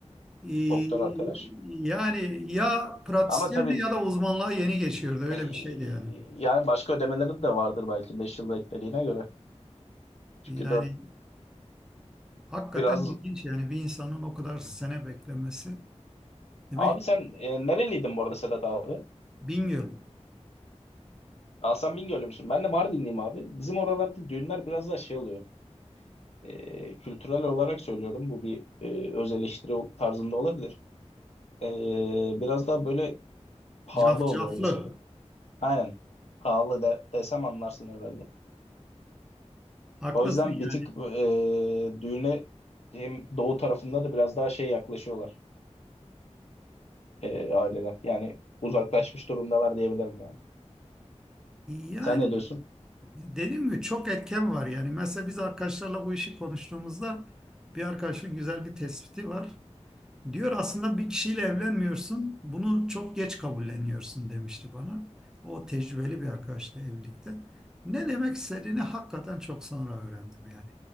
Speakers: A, in the centre; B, on the left (about 65°).
A: Ee,
B: Doktor arkadaş.
A: yani ya pratisyendi
B: Ama tabii
A: ya da uzmanlığa yeni geçiyordu. Öyle
B: e,
A: bir şeydi yani.
B: yani başka ödemeleri de vardır belki 5 yılda eklediğine göre. Çünkü
A: Yani
B: 4
A: Hakikaten
B: biraz...
A: ilginç yani bir insanın o kadar sene beklemesi. Demek
B: Abi sen e, nereliydin bu arada Sedat abi?
A: bin yıl.
B: Hasan Bingöl'lü müsün? Ben de Mardinliyim abi. Bizim oralarda düğünler biraz daha şey oluyor. Ee, kültürel olarak söylüyorum. Bu bir e, öz eleştiri ol- tarzında olabilir. Ee, biraz daha böyle pahalı
A: Cafcaflı.
B: oluyor öyle söyleyeyim. Aynen. Pahalı de, desem anlarsın herhalde.
A: Haklısın
B: O yüzden
A: yani.
B: bir tık e, düğüne hem doğu tarafında da biraz daha şey yaklaşıyorlar e, aileler. Yani uzaklaşmış durumdalar diyebilirim yani.
A: Yani
B: Sen ne diyorsun?
A: dediğim gibi çok etken var yani. Mesela biz arkadaşlarla bu işi konuştuğumuzda bir arkadaşın güzel bir tespiti var. Diyor aslında bir kişiyle evlenmiyorsun, bunu çok geç kabulleniyorsun demişti bana. O tecrübeli bir arkadaşla evlilikte. Ne demek istediğini hakikaten çok sonra öğrendim yani.